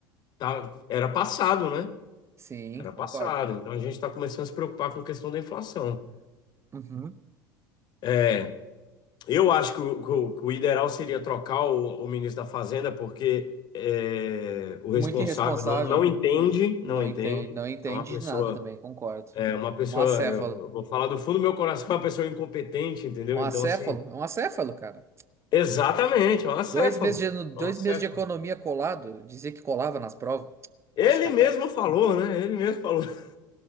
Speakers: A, on the left; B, on the right.
A: tá, era passado, né?
B: Sim,
A: Era
B: concordo.
A: passado. Então a gente está começando a se preocupar com a questão da inflação.
B: Uhum.
A: É, eu acho que o, que o- que o ideal seria trocar o, o ministro da Fazenda, porque é, o responsável
B: Muito irresponsável.
A: não, não entende,
B: Não
A: não entende.
B: entende, não entende
A: É uma pessoa
B: de nada também, concordo.
A: É uma pessoa,
B: Um acéfalo.
A: eu vou falar do fundo do meu coração, <laughs> uma pessoa incompetente, entendeu?
B: Um acéfalo?
A: Então, assim,
B: Um acéfalo, cara.
A: exatamente, é um acéfalo,
B: Dois meses de, dois
A: é um acéfalo.
B: meses de economia colado, dizia que colava nas provas. Tá,
A: Ele
B: esse cara
A: mesmo
B: tá-
A: falou, né? Ele mesmo falou. <laughs>